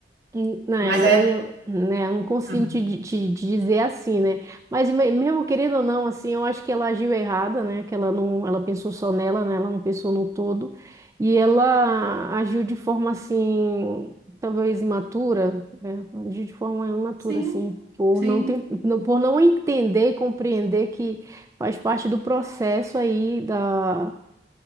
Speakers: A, on the right; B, on the right.
A: Hum, Né,
B: Mas
A: e
B: é.
A: aí eu, né, eu não consigo
B: hum,
A: te, di- te, te dizer assim, né? Mas me- mesmo querendo ou não, assim, eu acho que ela agiu errada, né? Que ela não, ela pensou só nela, né? Ela não pensou no todo. E ela agiu de forma assim, talvez imatura, né? Agiu de forma imatura,
B: Sim,
A: assim, por
B: sim.
A: não ten- não- por não entender e compreender que faz parte do processo aí da,